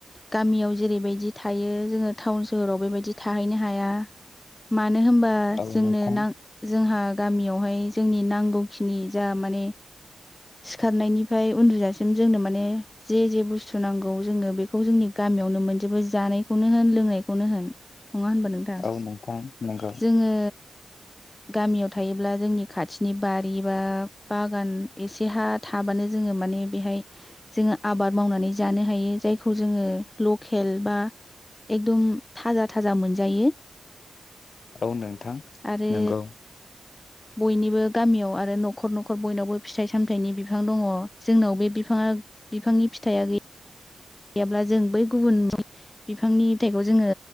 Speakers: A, on the left; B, on the left.
A: गामियाव जेरैबायदि थायो जोङो टाउन सोहोराव बेबाय थाहैनो‌ हाया मा नो होनबा
B: औ
A: जोंनो
B: नोंथां
A: जोंहा गामियावहाय जोंनि नांगौखिनि जा माने सिखारनायनिफ्राय उन्दुजासिम जोंनो माने जे जे बुस्थु सुनांगौ जोङो बेखौ जोंनि गामियावनो मोनजोबो जानायखौनो होन लोंनायखौनो होन नङा होनबा नोंथां
B: औ नोंथां नंगौ
A: जोङो गामियाव थायोब्ला जोंनि खाथिनि बारि बा बागान एसे हा थाबानो जोङो माने बेहाय जोङो आबाद मावनानै जानो हायो जायखौ जोङो लकेल बा एकदम थाजा थाजा मोनजायो
B: औ नोंथां
A: आरो
B: नोंगौ
A: बयनिबो गामियाव आरो न'खर न'खर बयनावबो फिथाइ सामथाइनि बिफां दङ जोंनाव बे बिफाङा बिफांनि फिथाइआ गैया गैयाब्ला जों बै गुबुन बिफांनि फिथाइखौ जोङो